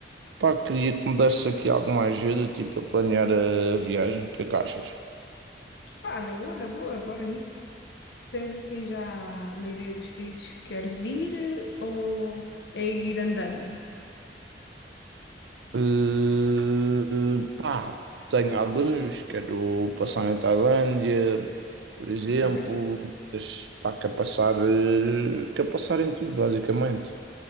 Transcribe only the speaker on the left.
Pá, na boa, na boa, bora nisso. Tens assim já uma ideia dos países que queres ir ou é ir andando?
Ok.